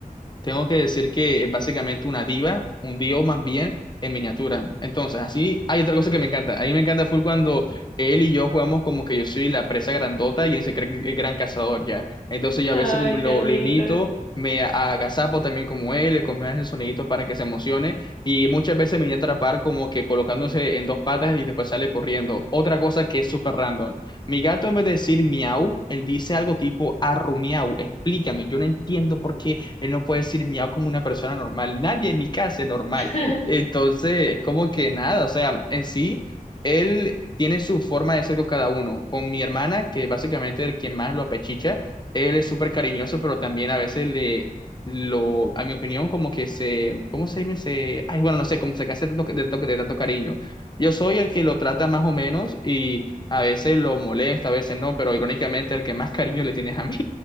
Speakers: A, on the left (about 30°); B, on the left (about 45°).
A: tengo que decir que es básicamente una diva, un dios más bien en miniatura. Entonces, así hay otra cosa que me encanta. A mí me encanta full cuando él y yo jugamos como que yo soy la presa grandota y él se cree que- el gran cazador ya. Entonces, yo
B: Ay,
A: a veces lo,
B: qué lindo.
A: lo imito, me agazapo también como él, le comienzo a hacer soniditos para que se emocione y muchas veces me viene a atrapar como que colocándose en dos patas y después sale corriendo. Otra cosa que es súper random. Mi gato en vez de decir miau, él dice algo tipo arrumiau. Explícame, yo no entiendo por qué. Él no puede decir miau como una persona normal. Nadie en mi casa es normal.
B: <laughs>
A: Entonces, es como que nada, o sea, en sí, él tiene su forma de ser con cada uno. Con mi hermana, que básicamente es quien más lo apechicha, él es súper cariñoso, pero también a veces le... Lo, a mi opinión, como que se, ¿cómo se dice? Se, ay, bueno, no sé, como se hace de tanto, de tanto de tanto cariño. Yo soy el que lo trata más o menos y a veces lo molesta, a veces no, pero irónicamente el que más cariño le tienes a mí.